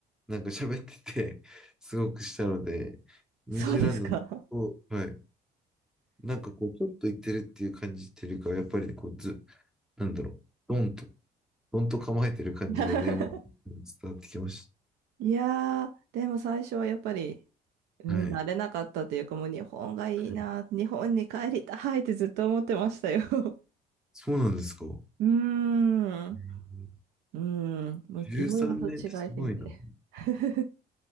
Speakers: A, in the centre; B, on the right (about 80°).
A: なんか喋ってて、<laughs> すごくしたので、ニュージーランドの、
B: そうですか。
A: おはい。なんかこう、ちょっと行ってるっていう感じっていうよりかは、やっぱりこう、ず、なんだろう、ドンと、ドンと構えてる感じが電話に伝わってきまし
B: <laughs> いやー、でも最初はやっぱり、うん、
A: た。はい。
B: 慣れなかったというか、もう日本がいいな、
A: はい
B: 日本に帰りたいってずっと思ってましたよ。<laughs>
A: そうなんですか。え
B: うーん。
A: ー
B: うん、もういろいろと違いすぎて。
A: じゅうさん13年ってすごいな。
B: <laughs>